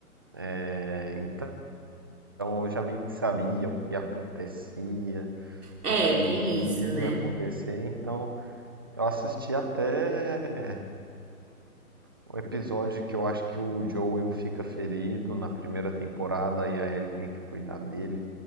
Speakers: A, on the right; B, on the right.
A: É, então eu já meio que sabia o que acontecia,
B: É,
A: o que
B: tem
A: iria
B: isso, né?
A: acontecer. Então eu assisti até O episódio que eu acho que o Joel fica ferido na primeira temporada e a Ellie tem que cuidar dele.